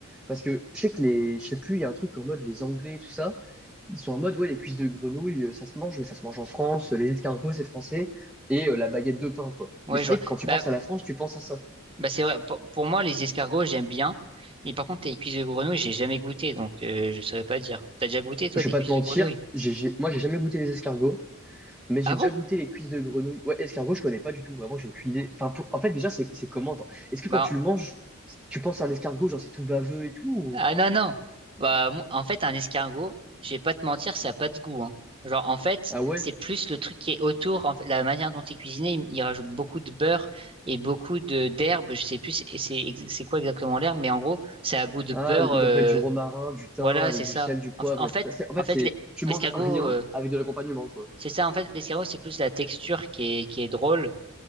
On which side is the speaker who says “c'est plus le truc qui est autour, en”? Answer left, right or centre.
Right